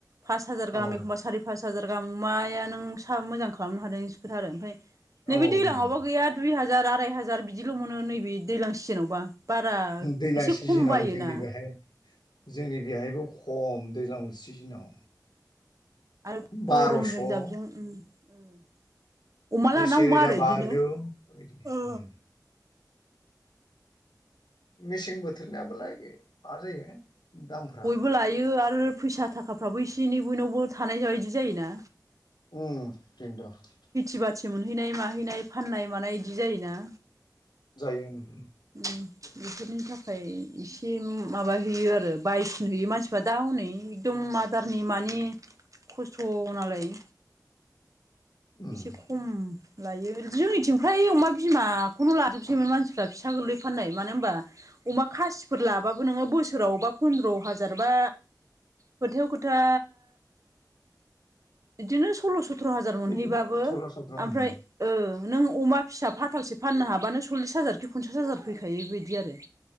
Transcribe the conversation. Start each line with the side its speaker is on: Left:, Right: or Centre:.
Right: फास हाजार गाहाम
Left: औ
Right: एखमबा सारि पास हाजार गाहाम अमाया नों सा मोजां खालामनो हानाय जोंसो खोथा आरो ओमफाय नैबे
Left: औ
Right: दैज्लाङआवबा
Left: उम
Right: गैया दुइ हाजार आराय हाजार बिदिल' मोनो नैबे दैज्लां सिजोनावबा। बारा
Left: दैज्लां
Right: एसे
Left: सिजोनाव
Right: खम बायोना
Left: जोंनि बेहाय जोंनि बेहायबो खम दैज्लां सिजोनाव
Right: आरो गरमजों
Left: बार'स' बिदि
Right: जाबजों ओम ओम। अमा लाना
Left: सेरोजा
Right: अमा आरो बिदिनो।
Left: बाजौ बेबायदि
Right: ओ
Left: उम मेसें बोथोरनिबालाय मा जायो दामफ्रा
Right: बयबो लायो आरो फैसा थाखाफ्राबो एसे एनै बयनावबो थानाय बायदि जायोना।
Left: उम थिक द '
Right: खेथि बाथि मोनहैनाय माहैनाय फाननाय मानाय बिदि जायोना।
Left: जायो ओं।
Right: ओम बेफोरनि थाखाय एसे माबा हैयो आरो बायसिन हैयो मानसिफ्रा दा हनै एकदम आदारनि मानि खस्थ' नालाय।
Left: उम
Right: एसे खम लायो जोंनिथिं फ्राय अमा बिमाखौनो लाजोबसैन मानसिफ्रा फिसा गोरलै फाननाय मानो होनबा अमा खासिफोर लाबाबो नोङो बोसोरावबबा पन्द्र हाजार बा खोथायाव खोथा बिदिनो सल्ल' स' थ्र' हाजार मोनहैबाबो
Left: बिदिनो सल्ल' सथ्र'
Right: ओमफ्राय
Left: उम
Right: ओ नों अमा फिसा फाथालसे फाननो हाबानो सल्लिस हाजारखि पनसास हाजार फैखायो बेबायदि आरो।